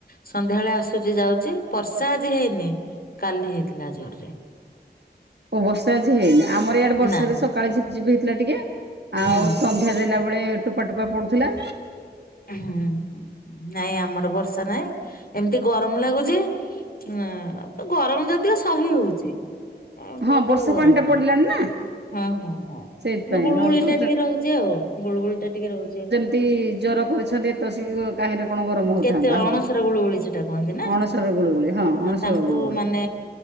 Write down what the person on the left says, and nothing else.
ସନ୍ଧ୍ୟାବେଳେ ଆସୁଛି ଯାଉଛି ବର୍ଷା ଆଜି ହେଇନି କାଲି ହେଇଥିଲା ଜୋର ରେ।
ନାଇଁ
ହୁଁ
ହୁଁ ନାଇଁ ଆମର ବର୍ଷା ନାହିଁ ଏମିତି ଗରମ ଲାଗୁଛି ନା ଗରମ ଯଦି ସହି ହଉଛି। ଅ
ଅଧିକ
ଗରମ
ନାହିଁ।
ହଁ ହଁ ହଁ କିନ୍ତୁ
ଗୁଳୁଗୁଳି
ଟା ଟିକେ ରହୁଛି ଆଉ ଗୁଳଗୁଳି ଟା ଟିକେ ରହୁଛି ଆଉ
କେତେ
ଅଣସର ଗୁଳୁଗୁଳି ସେଟା କୁହନ୍ତି ନା।
ତାଙ୍କୁ
ମାନେ